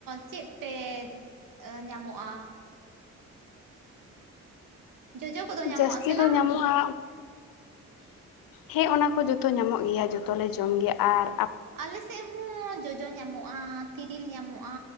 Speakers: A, on the right; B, on the left.
A: ᱪᱮᱫ ᱛᱮᱫ ᱧᱟᱢᱚᱜᱼᱟ? ᱡᱚᱡᱚ ᱠᱚᱫᱚ ᱧᱟᱢᱚᱜ
B: ᱡᱟᱹᱥᱛᱤ
A: ᱟᱥᱮ
B: ᱫᱚ
A: ᱵᱟᱝ?
B: ᱧᱟᱢᱚᱜᱼᱟ ᱦᱮᱸ ᱚᱱᱟ ᱠᱚ ᱡᱚᱛᱚ ᱧᱟᱢᱚᱜ ᱜᱮᱭᱟ, ᱡᱚᱛᱚᱮ ᱡᱚᱢ ᱜᱮᱭᱟ ᱟᱨ
A: ᱟᱞᱮ ᱥᱮᱫ ᱦᱚᱸ ᱡᱚᱡᱚ ᱧᱟᱢᱚᱜᱼᱟ, ᱛᱤᱨᱤᱞ ᱧᱟᱢᱚᱜᱼᱟ᱾